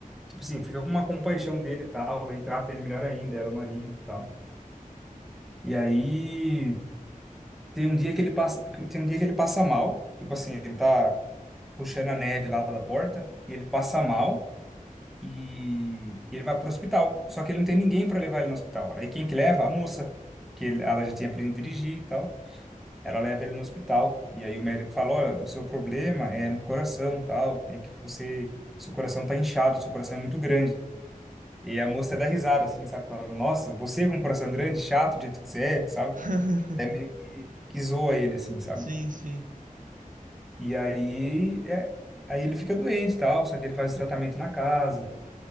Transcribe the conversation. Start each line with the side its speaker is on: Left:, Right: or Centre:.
Centre: tipo assim, fica com uma compaixão dele e tal, e trata ele melhor ainda, ela, o marido e tal. E aí, tem um dia que ele passa, tem um dia que ele passa mal, tipo assim, ele tá puxando a neve lá da porta, e ele passa mal. e ele vai para o hospital. Só que ele não tem ninguém para levar ele no hospital. Aí quem que leva? A moça, que ele- ela já tinha aprendido a dirigir e tal. Ela leva ele no hospital. E aí o médico fala, olha, o seu problema é no coração, tal, é que você, seu coração tá inchado, seu coração é muito grande. E a moça dá risada, assim, sabe? Fala, Nossa, você com um coração grande, chato, do jeito que você é, sabe?
Right: <laughs>
Centre: Até meio que, que zoa ele, assim, sabe?
Right: Sim, sim.
Centre: E aí, é, aí ele fica doente e tal, só que ele faz tratamento na casa.